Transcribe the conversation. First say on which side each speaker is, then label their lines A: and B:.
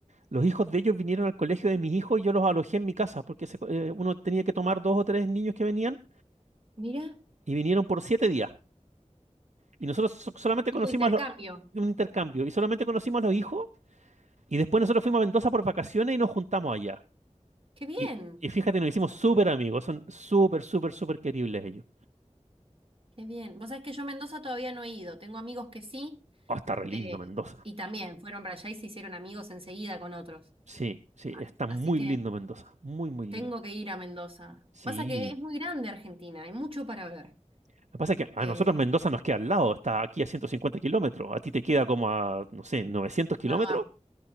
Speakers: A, on the right; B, on the right.
A: Los hijos de ellos vinieron al colegio de mis hijos y yo los alojé en mi casa, porque se co- eh, uno tenía que tomar dos o tres niños que venían
B: Mira,
A: y vinieron por siete días. Y nosotros so- solamente
B: tipo
A: conocimos
B: intercambio.
A: a los- un intercambio y solamente conocimos a los hijos y después nosotros fuimos a Mendoza por vacaciones y nos juntamos allá.
B: Qué bien,
A: Y, y fíjate, nos hicimos súper amigos, son súper, súper, súper queribles ellos.
B: qué bien. Vos sabés que yo a Mendoza todavía no he ido. Tengo amigos que sí,
A: Oh, está re lindo
B: eh,
A: Mendoza.
B: y también fueron para allá y se hicieron amigos enseguida con otros.
A: Sí, sí,
B: A-
A: está muy
B: Así que
A: lindo Mendoza, muy, muy lindo.
B: tengo que ir a Mendoza.
A: Sí.
B: Pasa que es muy grande Argentina, hay mucho para ver.
A: Lo que pasa es que a
B: Eh,
A: nosotros Mendoza nos queda al lado, está aquí a 150 kilómetros, a ti te queda como a, no sé, novecientos kilómetros,
B: no,